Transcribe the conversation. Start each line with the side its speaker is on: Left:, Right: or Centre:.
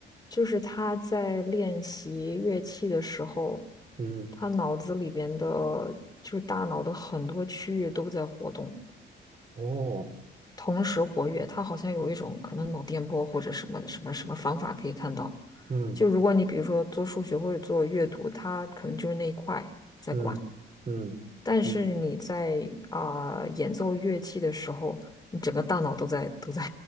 Left: 就是他在练习乐器的时候，
Right: 嗯，
Left: 他脑子里边的，就是大脑的很多区域都在活动，
Right: 哦，
Left: 同时活跃。他好像有一种可能脑电波或者什么什么什么方法可以看到。
Right: 嗯
Left: 就如果你比如说做数学或者做阅读，他可能就是那一块在管。
Right: 嗯嗯嗯
Left: 但是你在啊、演奏乐器的时候，你整个大脑都在都在